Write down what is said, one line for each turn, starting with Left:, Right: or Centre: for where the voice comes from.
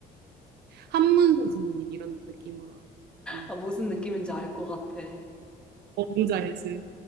Right: 한문 선생님 이런 느낌으로. 음.
Centre: 아 무슨 느낌인지 알 것 같아.
Right: 어, 뭔지 알지?